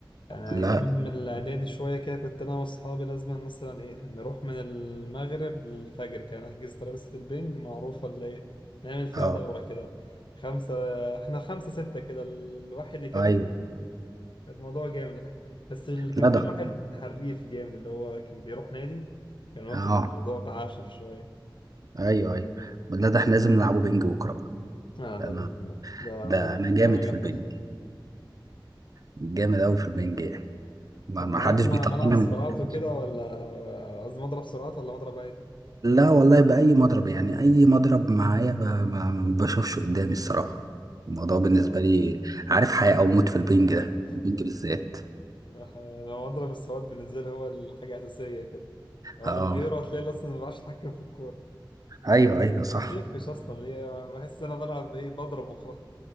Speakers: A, on the left (about 70°); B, on the right (about 45°).
A: يعني
B: لا
A: ايام الاعدادي شويه كده كنت انا واصحابي لازم مثلا ايه نروح من المغرب للفجر كان نحجز ترابيزه البنج معروفه اللي إيه، نعمل فيها
B: اه
A: دوره كده خمسه احنا خمسه سته كده الواحد يكمل
B: ايوه
A: كان الموضوع جامد احنا بس اللي كان
B: لا
A: فيه
B: ده
A: واحد حريف جامد اللي هو كان بيروح نادي كان واخد
B: اه
A: الموضوع بعشف شوية
B: ايوه ايوه لا ده احنا لازم نلعبه بنج بكرة بقى
A: اه
B: انا
A: ده لازم ده
B: ده انا جامد
A: ده أنا جامد
B: في البنج
A: الحقيقة
B: جامد قوي في البنج يعني ما
A: طب
B: ما
A: معاك
B: حدش
A: م-
B: بيطلعني
A: ملعب سرعات
B: من البنج.
A: وكده ولا قصدي مضرب سرعات ولا مضرب عادي؟
B: لا والله بأي مضرب يعني أي مضرب معايا ب- ما ما بشوفش قدامي الصراحة الموضوع بالنسبة
A: ح-
B: لي عارف حياة أو موت في البنج
A: حقيقة
B: ده البنج بالذات
A: ح- أنا مضرب السرعات بالنسبة لي هو الحاجة الأساسية كده هو
B: اه
A: من غيره هتلاقي أصلا ما بعرفش أتحكم في الكورة
B: أيوه أيوه صح
A: ما بتلفش أصلا ليه بحس إن أنا بلعب إيه بضرب وخلاص